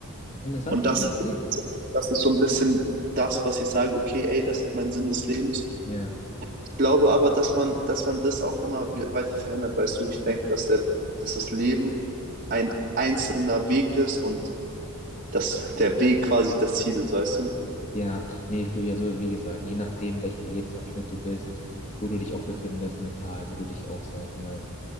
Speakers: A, on the left; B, on the right.
A: Interessanter
B: Und das
A: Sinn des
B: ist, so
A: Lebens.
B: ein bisschen, das ist so ein bisschen das, was ich sage, okay, ey, das ist mein Sinn des Lebens.
A: Ja.
B: Ich glaube aber, dass man, dass man das auch immer we- weiter verändert, weißt du, ich denke, dass, der, dass das Leben ein einzelner Weg ist und dass der Weg quasi das Ziel ist, weißt du?
A: Ja, nee, ich würde ja so, wie gesagt, je nachdem, welchen Lebensabschnitt du bist, wo du dich auch befindest mental, wo du dich auch, sag ich mal,